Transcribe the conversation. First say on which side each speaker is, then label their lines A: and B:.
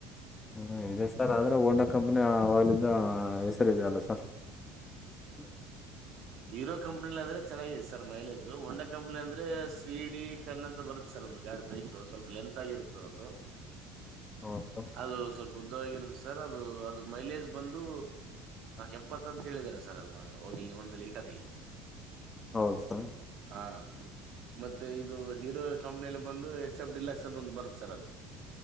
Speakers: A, on the left (about 25°); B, on the right (about 60°).
A: ಹ್ಮ ಇದೆ ಸರ್ ಆದ್ರೆ ಓಂಡ ಕಂಪನಿ ಅವಲಿದ್ದ ಹೆಸರುದೆ ಅಲ್ಲ ಸರ್ <unintelligible>
B: ಹೀರೋ ಕಂಪ್ನಲಿ ಅಂದ್ರೆ ಚೆನ್ನಾಗತ್ತು ಸರ್ ಮೈಲೇಜು ಒಂಡಾ ಕಂಪ್ನಿ ಅಂದ್ರೆ ಸಿಡಿ ಟೆನ್ ಅಂತ ಬರುತ್ತೆ ಸರ್ ಒಂದ್ ಗಾಡಿ ಬೈಕ್ ಸ್ವಲ್ಪ ಲೆಂತ್ ಆಗಿರುತ್ತ ಅದು
A: ಹೌದು ಸರ್
B: ಅದು ಸ್ವಲ್ಪ ಉದ್ದವಾಗಿರುದು ಸರ್ ಅದು ಅದು ಮೈಲೇಜ್ ಬಂದು ಎಪ್ಪತ್ತ ಅಂತ ಹೇಳಿದ್ದಾರೆ ಸರ್ ಅದು ಇಲ್ಲಿ ಒಂದು ಲೀಟರ್ಗೆ
A: ಹೌದು ಸರ್
B: ಹಾ ಮತ್ತೆ ಇದು ಹೀರೋ ಕಂಪ್ನಿಯಲ್ಲಿ ಬಂದು ಎ ಚಬ್ಡಿಲ್ಲಾಕ್ಸ್ ಅಂತ ಒಂದು ಬರುತ್ ಸರ್ ಅದು